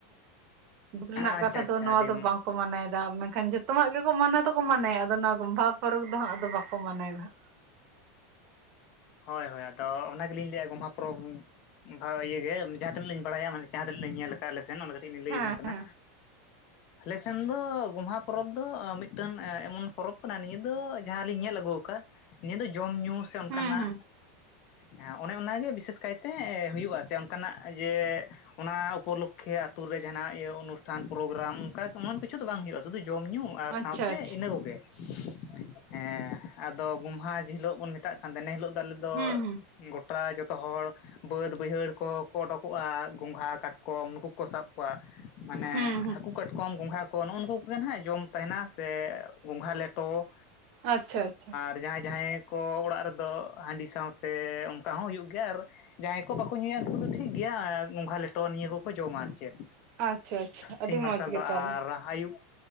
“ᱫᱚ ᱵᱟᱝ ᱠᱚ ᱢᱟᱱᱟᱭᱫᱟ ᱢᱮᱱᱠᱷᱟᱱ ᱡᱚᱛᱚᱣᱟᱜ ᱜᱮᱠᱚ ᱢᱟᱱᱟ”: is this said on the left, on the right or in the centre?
Right